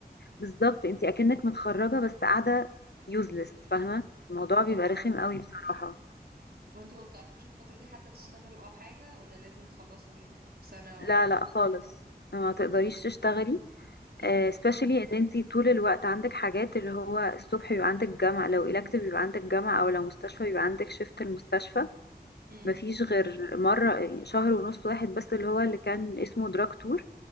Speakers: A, on the left; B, on the right.
A: بالظبط أنت أكنك متخرجة بس قاعدة useless
B: امم
A: فاهمة الموضوع بيبقى
B: اه
A: رخم قوي بصراحة
B: وانتوا ما بتعرفوش الفترة دي حتى تشتغلوا او حاجة ولا لازم تخلصوا السنة عشان
A: لا لا خالص ما تقدريش تشتغلي
B: امم
A: آه، especially ان انتي طول الوقت عندك حاجات اللي هو الصبح بيبقى عندك جامعة لو elective بيبقى عندك جامعة او لو مستشفى بيبقى عندك شيفت المستشفى
B: امم
A: مفيش غير مرة يعني شهر ونص واحد بس اللي هو اللي كان اسمه دراج تور